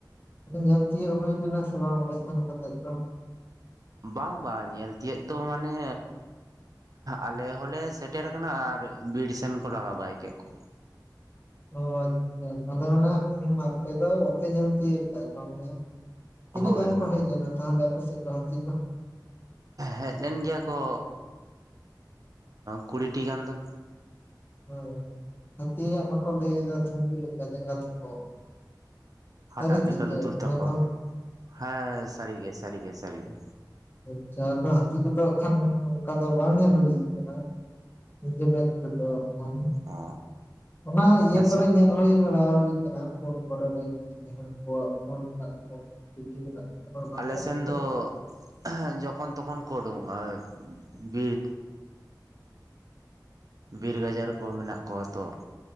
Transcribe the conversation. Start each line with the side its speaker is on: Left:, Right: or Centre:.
Left: ᱧᱮᱞ ᱛᱤᱭᱳᱟᱹᱜ ᱦᱩᱭ ᱞᱮᱱᱟ ᱥᱮ ᱵᱟᱝ ᱚᱸᱰᱮ ᱥᱮᱱ ᱠᱟᱛᱮᱜ ᱫᱚ?
Right: ᱵᱟᱝ ᱵᱟᱝ ᱧᱮᱞ ᱛᱤᱭᱳᱜ ᱫᱚ ᱢᱟᱱᱮ ᱟᱞᱮ ᱦᱚᱞᱮ ᱥᱮᱴᱮᱨ ᱟᱠᱟᱱᱟ ᱟᱨ ᱵᱤᱨ ᱥᱮᱱ ᱠᱚ ᱞᱟᱜᱟ ᱵᱟᱭ ᱠᱮᱜ ᱠᱚ᱾
Left: ᱚ ᱟᱪᱪᱷᱟ ᱛᱟᱦᱚᱞᱮ ᱚᱱᱟ ᱟᱯᱮ ᱫᱚ ᱵᱟᱯᱮ ᱧᱮᱞ ᱛᱤᱭᱳᱜ ᱠᱟᱜ ᱠᱚᱣᱟ ᱵᱚᱞᱮᱭᱟ, ᱛᱤᱱᱟᱹᱜ
Right: ᱦᱳᱭ
Left: ᱜᱟᱱ
Right: ᱦᱳᱭ
Left: ᱠᱚ ᱦᱮᱡ ᱞᱮᱱᱟ ᱛᱟᱦᱚᱞᱮ ᱟᱯᱮ ᱥᱮᱜ ᱫᱚ ᱦᱟᱹᱛᱤ ᱫᱚ?
Right: ᱦᱮᱡ ᱞᱮᱱ ᱜᱮᱭᱟ ᱠᱚ ᱠᱩᱲᱤᱴᱤ ᱜᱟᱱ ᱫᱚ,
Left: ᱦᱮᱸ ᱦᱟᱹᱛᱤᱭᱟᱜ ᱢᱟᱠᱚ ᱞᱟᱹᱭᱫᱟ ᱪᱷᱩᱢᱵᱤ ᱞᱮᱠᱟ ᱡᱟᱸᱜᱟ ᱛᱟᱠᱚ,
Right: ᱦᱟᱴᱟᱜ
Left: ᱥᱟᱹᱨᱤ ᱥᱮ
Right: ᱞᱮᱠᱟ
Left: ᱪᱮᱫ
Right: ᱞᱩᱛᱩᱨ
Left: ᱚᱱᱟ
Right: ᱛᱟᱠᱚ
Left: ᱫᱚ
Right: ᱦᱮᱸ ᱥᱟᱹᱨᱤᱜᱮ ᱥᱟᱹᱨᱤᱜᱮ ᱥᱟᱹᱨᱤᱜᱮ,
Left: ᱟᱪᱪᱷᱟ ᱟᱫᱚ ᱦᱟᱹᱛᱤ ᱠᱚᱫᱚ ᱦᱟᱜ ᱠᱷᱟᱱ ᱚᱱᱠᱟ ᱫᱚ ᱵᱟᱝ ᱧᱮᱞ ᱦᱩᱭᱩ ᱟᱠᱟᱱᱟ᱾ ᱱᱤᱡᱮ ᱢᱮᱫ ᱛᱮᱫᱚ ᱟᱣᱨᱤ
Right: ᱚ
Left: ᱚᱱᱟ ᱤᱭᱟᱹ
Right: ᱟᱪᱪᱷᱟ
Left: ᱠᱚᱨᱮ ᱧᱮᱞ <unintelligible> ᱦᱩᱭ ᱵᱟᱲᱟ ᱦᱩᱭ ᱟᱠᱟᱱᱟ ᱯᱷᱳᱱ ᱠᱚᱨᱮ ᱫᱚ ᱡᱟᱦᱟᱸᱣ ᱠᱚ ᱟᱜ ᱯᱷᱳᱱ ᱢᱮᱱᱟᱜ ᱛᱟᱵᱚᱱᱟ ᱴᱤᱵᱷᱤ ᱢᱮᱱᱟᱜ ᱛᱟᱵᱚᱱᱟ, ᱚᱱᱟ
Right: ᱟᱞᱮ
Left: ᱠᱚᱨᱮ
Right: ᱥᱮᱱ
Left: ᱜᱮ
Right: ᱫᱚ <inaudible> ᱡᱚᱠᱷᱚᱱ ᱛᱚᱠᱷᱚᱱ ᱠᱚ ᱚᱱᱰᱳᱝᱚᱜ-ᱟ ᱵᱤᱨ ᱵᱤᱨ ᱜᱟᱡᱟᱲ ᱠᱚ ᱢᱮᱱᱟᱜ ᱠᱚᱣᱟ ᱛᱚ,